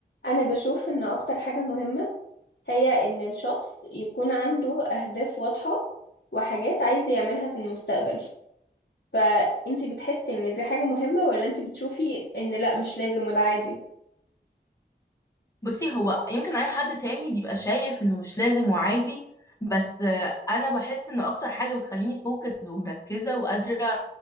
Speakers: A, on the left; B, on the left.
A: انا بشوف ان اكتر حاجة مهمة هي ان الشخص يكون عنده اهداف واضحة وحاجات عايز يعملها في المستقبل فانتي بتحسي ان دي حاجة مهمة ولا انتي بتشوفي ان لا مش لازم وده عادي
B: بصي هو يمكن اي حد تاني بيبقى شايف انه مش لازم وعادي بس آه، انا بحس ان اكتر حاجه بتخليني فوكس ومركزه وقادره